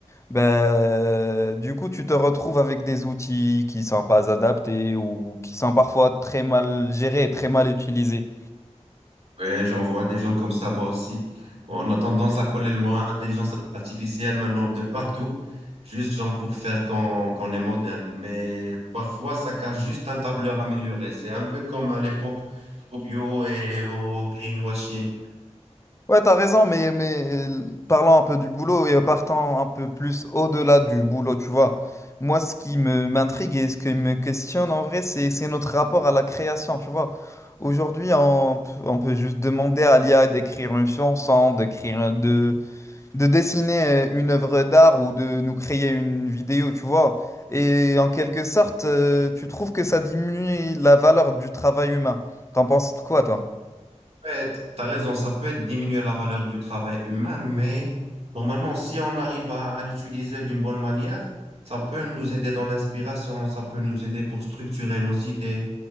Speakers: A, on the left; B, on the right.
A: Ben, euh, du coup, tu te retrouves avec des outils qui sont pas adaptés ou qui sont parfois très mal gérés et très mal utilisés.
B: Ouais, j'en vois des gens comme ça, moi aussi. On a tendance à coller le mot intelligence artificielle maintenant de partout, juste genre pour faire qu'on qu'on est moderne. Mais parfois, ça cache juste un tableur amélioré. C'est un peu comme à l'époque au bio et au greenwashing.
A: Ouais, t'as raison, mais, mais euh, parlant un peu du boulot et partant un peu plus au-delà du boulot, tu vois. Moi, ce qui me m'intrigue et ce qui me questionne en vrai, c'est, c'est notre rapport à la création, tu vois. Aujourd'hui, on, p- on peut juste demander à l'IA d'écrire une chanson, d'écrire, un- de, de dessiner une œuvre d'art ou de nous créer une vidéo, tu vois. Et en quelque sorte, euh, tu trouves que ça diminue la valeur du travail humain. T'en penses quoi, toi?
B: Ouais, t'as raison, ça peut être diminuer la valeur du travail humain, mais normalement, si on arrive à l'utiliser d'une bonne manière, ça peut nous aider dans l'inspiration, ça peut nous aider pour structurer nos idées.